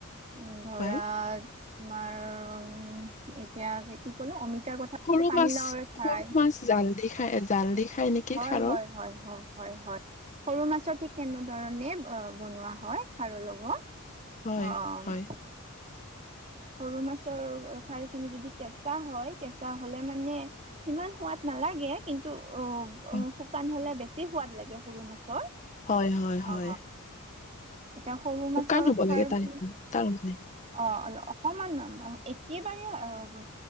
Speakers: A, on the right; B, on the left.
A: উম, ধৰা
B: হয়
A: তোমাৰ এতিয়া কি ক'লো অমিতাৰ কথা
B: সৰু
A: পানী
B: মাছ
A: লাওৰে খায়।
B: সৰু মাছ জাল দি খাই জালদি খাই নেকি?
A: হয়,
B: খাৰৰ
A: হয়, হয়, হয়, হয়, হয়। সৰু মাছৰ ঠিক তেনেধৰণে বনোৱা হয়, খাৰৰ লগত।
B: হয়
A: অ'।
B: <inaudible>
A: সৰু মাছৰ খাৰ খিনি যদি কেঁচা হয়, কেঁচা হ'লে মানে সিমান সোৱাদ নালাগে কিন্তু
B: হয়
A: অ', শুকান হ'লে বেছি সোৱাদ লাগে সৰু মাছৰ।
B: হয়, হয়, হয়।
A: অ এতিয়া সৰু
B: শুকান
A: মাছৰ
B: হ'ব
A: খাৰ
B: লাগে তাৰ
A: বুলি
B: তাৰ মানে
A: অ', অল অকমান একেবাৰে আহ